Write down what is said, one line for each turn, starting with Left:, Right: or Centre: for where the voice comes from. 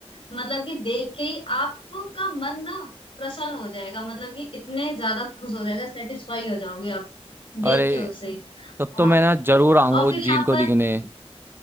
Left: मतलब कि देख के ही आपका मन ना प्रसन्न हो जाएगा मतलब कि इतने ज्यादा खुश हो जाएगा सेटिस्फाई हो जाओगे आप
Right: अरे
Left: देख के उसे
Right: तब तो
Left: और
Right: मैं ना जरूर आऊंगा
Left: और
Right: उस
Left: फिर
Right: झील
Left: यहाँ
Right: को
Left: पर
Right: दिखने